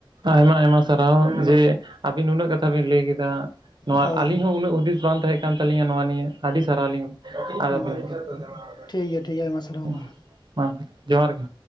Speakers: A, on the right (about 60°); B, on the left (about 55°).
A: ᱟᱭᱢᱟ ᱟᱭᱢᱟ ᱥᱟᱨᱦᱟᱣ ᱡᱮ, ᱟᱹᱵᱤᱱ ᱩᱱᱟᱹᱜ ᱠᱟᱛᱷᱟ ᱵᱤᱱ ᱞᱟᱹᱭ ᱠᱮᱫᱟ ᱾ ᱱᱚᱣᱟ
B: ᱦᱳᱭ
A: ᱟᱹᱞᱤᱧ ᱦᱚᱸ ᱩᱱᱟᱹᱜ ᱦᱩᱫᱤᱥ ᱵᱟᱝ ᱛᱟᱦᱮᱸ ᱠᱟᱱ ᱛᱟᱹᱞᱤᱧᱟ, ᱱᱚᱣᱟ ᱱᱤᱭᱟᱹ ᱟᱹᱰᱤ ᱥᱟᱨᱦᱟᱣ ᱟᱹᱞᱤᱧ
B: ᱦᱳᱭ
A: <unintelligible>
B: ᱴᱷᱤᱠ ᱜᱮᱭᱟ ᱴᱷᱤᱠ ᱜᱮᱭᱟ ᱟᱭᱢᱟ ᱥᱟᱨᱦᱟᱣ ᱢᱟ
A: ᱡᱚᱦᱟᱨ ᱜᱮ